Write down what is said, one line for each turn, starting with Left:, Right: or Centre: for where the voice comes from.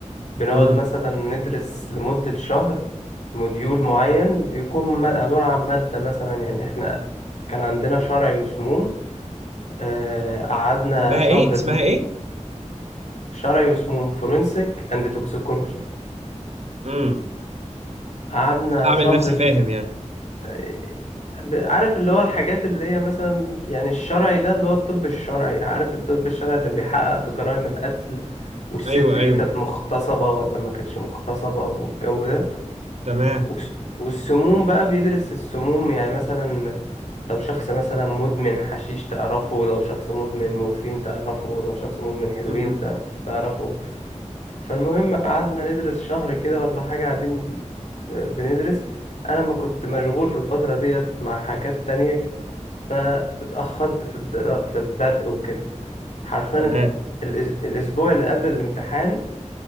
Left: بنقعد
Right: امم
Left: مثلا ندرس لمده شهر موديول معين بيكون م- عباره عن ماده مثلا يعني احنا كان عندنا شرعي وسموم آه، قعدنا
Right: اسمها
Left: شهر
Right: ايه اسمها ايه
Left: شرعي واسمهم فورنسيك اند توكسيكولوجي
Right: امم
Left: قعدنا
Right: هعمل
Left: شهر
Right: نفسي فاهم
Left: بن...
Right: يعني
Left: آه، ب- عارف اللي هو الحاجات اللي هي مثلا يعني الشرعي ده اللي هو الطب الشرعي عارف الطب الشرعي اللي بيحقق في جرائم القتل والست
Right: ايوه
Left: دي
Right: ايوه
Left: كانت مغتصبة ولا ما كانتش مغتصبة والجو ده
Right: تمام
Left: والس- والسموم بقى بيدرس السموم يعني مثلا لو شخص مثلا مدمن حشيش تعرفه لو شخص مدمن مورفين تعرفه لو شخص مدمن هيروين
Right: امم
Left: تع- تعرفه فالمهم قعدنا ندرس شهر كده ولا حاجة قاعدين ب- بندرس أنا ما كنت مشغول في الفترة ديت مع حاجات تانية فاتأخرت في الدرا... في البدء وكده حرفيا
Right: تمام
Left: الأس- الأسبوع اللي قبل الامتحان